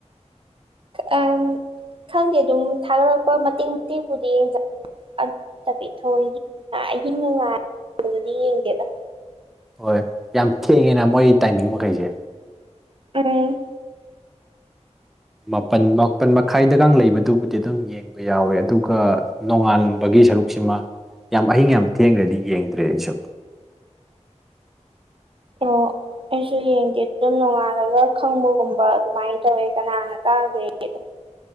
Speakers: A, on the right; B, in the centre.
A: ꯑ ꯈꯪꯗꯦ ꯑꯗꯨꯝ ꯊꯥꯒꯠꯂꯛꯄ ꯃꯇꯦꯛ ꯃꯇꯦꯛꯄꯗꯤ ꯌꯦꯡꯖ ꯕꯤ ꯊ ꯑꯍꯤꯡ ꯉꯥꯗꯤ ꯌꯦꯡꯗꯦꯗ
B: ꯍꯣꯏ ꯌꯥꯝ ꯊꯦꯡꯉꯦꯅ ꯃꯣꯏ ꯇꯥꯏꯃꯤꯡ ꯃꯈꯩꯁꯦ
A: ꯎꯝ
B: ꯃꯥꯄꯜ ꯃꯥꯄꯟ ꯃꯈꯥꯏꯗꯒ ꯂꯩꯕꯗꯨꯕꯨꯗꯤ ꯑꯗꯨꯝ ꯌꯦꯡꯕ ꯌꯥꯎꯋꯦ ꯑꯗꯨꯒ ꯅꯣꯡꯉꯥꯟꯕꯒꯤ ꯒꯤ ꯁꯔꯨꯛꯁꯤꯃ ꯌꯥꯝ ꯑꯍꯤꯡ ꯌꯥꯝ ꯊꯦꯡꯈ꯭ꯔꯗꯤ ꯌꯦꯡꯗ꯭ꯔꯦ ꯑꯩꯁꯨ
A: ꯑꯣ ꯑꯩꯁꯨ ꯌꯦꯡꯒꯦ ꯑꯗꯨꯝ ꯅꯣꯡꯉꯥꯜꯂꯒ ꯈꯪꯕꯒꯨꯝꯕ ꯑꯗꯨꯃꯥꯏꯅ ꯇꯧꯋꯦ ꯀꯅꯥꯅ ꯀꯥꯈ꯭ꯔꯦꯗꯣ